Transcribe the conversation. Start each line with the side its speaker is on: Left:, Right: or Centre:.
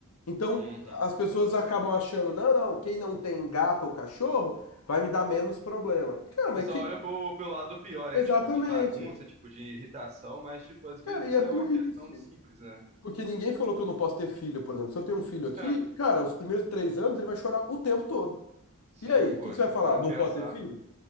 Left: Então,
Right: Uhum. O
Left: as pessoas acabam achando, não, não, quem não tem gato ou cachorro vai me dar menos problema. Cara, mas
Right: pessoal
Left: que
Right: olha pro, pelo lado pior, né?
Left: exatamente.
Right: Tipo, de bagunça, tipo, de irritação, mas, tipo, às
Left: Cara,
Right: vezes
Left: e
Right: é
Left: é burrice.
Right: uma questão de simples, né?
Left: Porque ninguém falou que eu não posso ter filho, por exemplo. Se eu tenho um filho aqui,
Right: É.
Left: cara, os primeiros três anos ele vai chorar o tempo todo.
Right: Sim,
Left: E aí, o
Right: pô,
Left: que que
Right: você
Left: você vai falar?
Right: para
Left: Não
Right: pensar.
Left: pode ter filho?